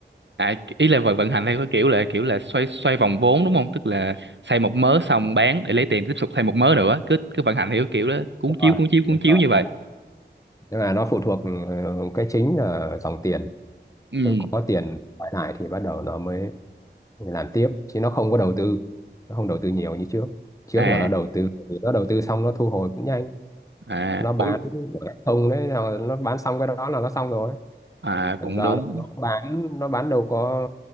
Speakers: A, on the right (about 75°); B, on the left (about 15°).
A: à, ý là vận vận hành theo cái kiểu là kiểu là xoay xoay vòng vốn đúng không? Tức là xây một mớ xong bán để lấy tiền tiếp tục xây một mớ nữa, cứ cứ vận hành theo cái kiểu đó, cuốn
B: Đúng rồi,
A: chiếu cuốn chiếu cuốn
B: đúng
A: chiếu
B: rồi.
A: như vậy.
B: Tức là nó phụ thuộc ờ, cái chính là dòng tiền.
A: Ừ.
B: Cứ có tiền quay lại thì bắt đầu nó mới mình làm tiếp chứ nó không có đầu tư nó không đầu tư nhiều như trước trước
A: À
B: là nó đầu tư nó đầu tư xong nó thu hồi cũng nhanh
A: à
B: nó bán
A: ủa,
B: của không đấy là nó bán xong cái đó là nó xong rồi
A: à
B: còn
A: cũng
B: giờ
A: đúng.
B: là nó bán nó bán đâu có